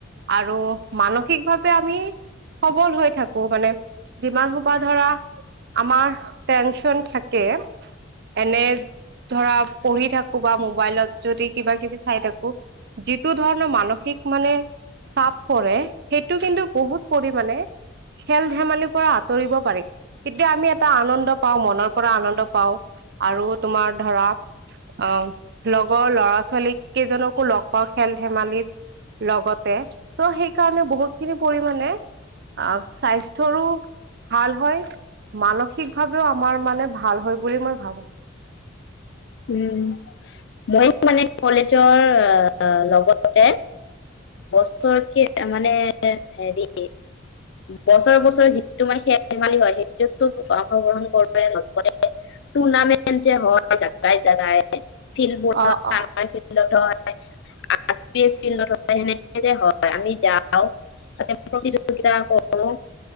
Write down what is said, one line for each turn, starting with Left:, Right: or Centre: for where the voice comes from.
Right: আৰু মানসিকভাৱে আমি সবল হৈ থাকো মানে যিমান সোপাহ ধৰা আমাৰ টেনচন থাকে, এনে ধৰা পঢ়ি থাকো বা মোবাইলত যদি কিবা কিবি চাই থাকো, যিটো ধৰণৰ মানসিক মানে চাপ পৰে সেইটো কিন্তু বহুত পৰিামানে খেল ধেমালি পৰা আঁতৰিব পাৰি, তেতিয়া আমি এটা আনন্দ পাওঁ মনৰ পৰা আনন্দ পাওঁ আৰু তোমাৰ ধৰা আহ লগৰ লৰা ছোৱালীক কেইজনকো লগ পাওঁ খেল ধেমালিত। লগতে ত' সেইকাৰণে বহুত খিনি পৰিমণে আহ স্বাস্থ্যৰো ভাল হয় মানসিক ভাৱেও আমাৰ মানে ভাল হয় বুলি মই ভাবো।
Left: উম মই মানে কলেজৰ এ লগতে বছৰেকীয়া তাৰমানে হেৰি, বছৰে বছৰে যিটো মানে খেল ধেমালি হয় সেইটোতো অংশগ্ৰহণ কৰোৱে লগতে টুৰ্ণামেন্ট যে হয় তাই জাগায়ে ফিল্ বোৰত
Right: অ'
Left: চ <unintelligible>
Right: অ'
Left: ফিল্ডত <unintelligible> ফিল সেনেকে যে হয় আমি যাও তাতে প্ৰতিযোগিতা কৰো